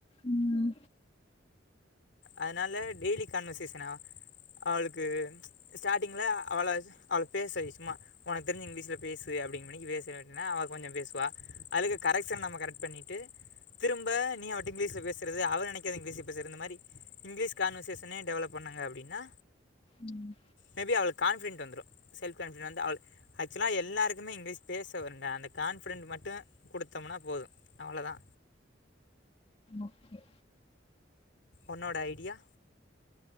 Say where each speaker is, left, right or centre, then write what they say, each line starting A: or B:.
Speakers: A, on the left; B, on the left.
A: ம்
B: அதனால டெய்லி கான்வர்சேஷனா அவுளுக்கு ஸ்டார்டிங்ல அவள அவள பேச வை சும்மா உனக்கு தெரிஞ்ச இங்கிலீஷ்ல பேசு அப்டிங்மேனிக்கு பேச விட்னா அவ கொஞ்சோ பேசுவா அதுல கரக்க்ஷன் நம்ம கரெ பண்ணிட்டு திரும்ப நீ அவட்ட இங்கிலீஷ்ல பேசறது அவ நெனைக்காத இங்கிலீஷ்ல பேசறது இந்த மாரி இங்க்லீஷ் கான்வசேஷனே டெவலப் பண்ணுங்க அப்டினா
A: ம்
B: மேபி அவுளுக் கான்ஃபிடன்ட் வந்துரு செல்ஃப் கான்ஃபிட வந்து அவுளு ஆக்சுலா எல்லாருக்குமே இங்க்லீஷ் பேச வருண்டா அந்த கான்பிஃடென்ட் மட்டு குடுத்தோமனா போது அவ்ளதா
A: ஓகே
B: உன்னோட ஐடியா